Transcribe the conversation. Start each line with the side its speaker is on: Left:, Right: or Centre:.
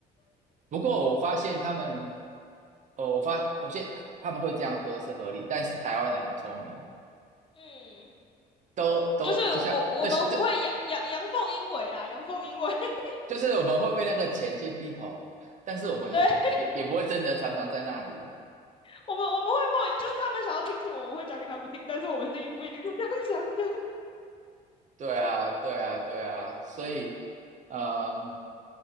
Right: 不过我发现他们，哦，我发我现他他们会这样做是合理，但是台湾人很聪明，
Left: 嗯，
Right: 都都就像这这
Left: 就是我我们会阳阳阳奉阴违啦，阳奉阴违。<laughs>
Right: 就是我们会为那个钱先低头，但是我们也也也不会真的常常在那里。
Left: 对，<laughs> 我们我们会默，就是他们想要听什么，我们会讲给他们听，但是我们心里不一定是这样想的。<laughs>
Right: 对啊，对啊，对啊，所以，嗯，